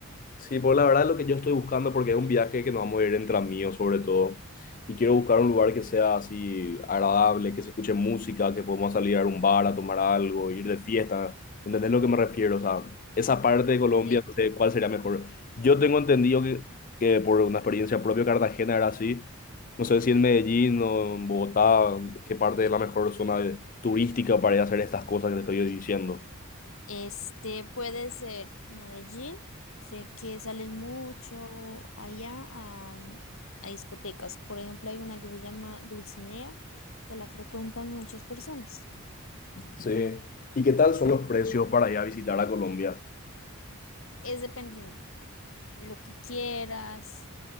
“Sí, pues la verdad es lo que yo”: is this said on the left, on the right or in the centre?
Left